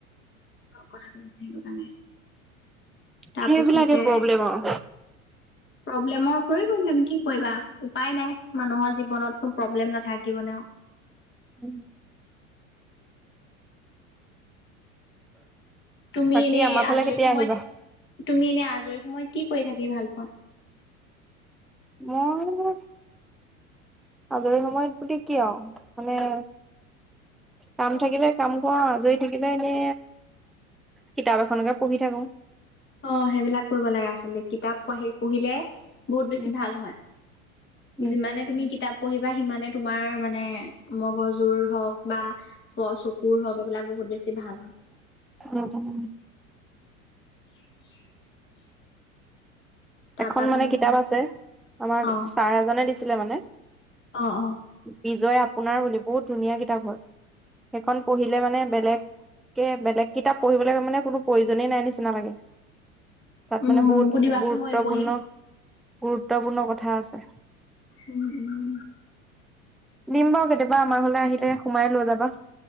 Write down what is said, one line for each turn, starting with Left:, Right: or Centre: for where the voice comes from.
Left: কথাটো, সেইটো কাৰণে তাৰপাছতে
Centre: সেইবিলাকে প্ৰব্লেম আৰু।
Left: প্ৰব্লেমৰ উপ প্ৰব্লেম <unintelligible> কি কৰিবা? উপায় নাই মানুহৰ জীৱনতো প্ৰব্লেম নাথাকিব নে আৰু?
Centre: উম।
Left: তুমি
Centre: বাকী
Left: এনেই
Centre: আমাৰ ফালে
Left: আজৰি
Centre: কেতিয়া
Left: সময়ত
Centre: আহিবা?
Left: তুমি এনেই আজৰি সময়ত কি কৰি থাকি ভাল পোৱা?
Centre: মই আজৰি সময়ত বুলি কি আৰু মানে কাম থাকিলে কাম কৰো, আজৰি থাকিলে এনে কিতাপ এখনকে পঢ়ি থাকো।
Left: অ', সেইবিলাক কৰিব লাগে, আচলতে কিতাপ পঢ়ি পঢ়িলে বহুত বেছি
Centre: উম,
Left: ভাল হয়।
Centre: <unintelligible>
Left: যিমানে তুমি কিতাপ পঢ়িবা, সিমানে তোমাৰ মানে মগজুৰ হওক বা প, চকুৰ হওক এইবিলাক বহুত বেছি ভাল হয়।
Centre: উম, উম।
Left: <unintelligible> তাৰপা
Centre: এখন
Left: তোমাৰ
Centre: মানে কিতাপ আছে, আমাক
Left: অ
Centre: ছাৰ এজনে দিছিলে মানে।
Left: অ', অ'।
Centre: বিজয় আপোনাৰ বুলি, বহুত ধুনীয়া কিতাপ হয়। সেইখন পঢ়িলে মানে বেলেগ বেলেগ কিতাপ পঢ়িবলৈে মানে কোনো প্ৰয়োজনেই নাই নিচিনা লাগে। তাত
Left: উম
Centre: মানে বহুত
Left: মোকো দিবাচোন
Centre: গুৰুত্বপূৰ্ণ,
Left: ময়ো পঢ়িম
Centre: গুৰুত্বপূৰ্ণ কথা আছে।
Left: উম, উম।
Centre: দিম বাৰু কেতিয়াবা, আমাৰ ফালে আহিলে সোমাই লৈ যাবা।